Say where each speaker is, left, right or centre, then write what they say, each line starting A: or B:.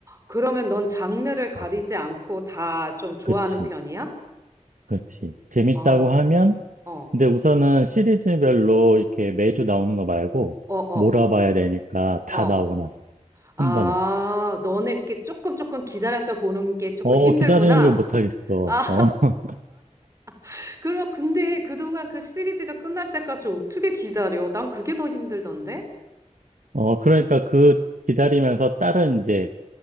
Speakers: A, on the right (about 25°); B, on the right (about 85°).
A: 그러면 넌 장르를 가리지
B: 어,
A: 않고 다 좀 좋아하는
B: 그치,
A: 편이야?
B: 그치. 재밌다고
A: 아,
B: 하면,
A: 어,
B: 근데 우선은 시리즈별로 이렇게 매주 나오는 거 말고
A: 어, 어,
B: 몰아봐야 되니까 다
A: 어.
B: 나오고 나서
A: 아,
B: 한 번에.
A: 너는 이렇게 조금 조금 기다렸다 보는 게 조금
B: 어,
A: 힘들구나.
B: 기다리는 걸 못 하겠어.
A: 아,
B: 어, <laughs>
A: <laughs> 그럼 근데 그동안 그 시리즈가 끝날 때까지 어떻게 기다려? 난 그게 더 힘들던데?
B: 어, 그러니까 그 기다리면서 다른 이제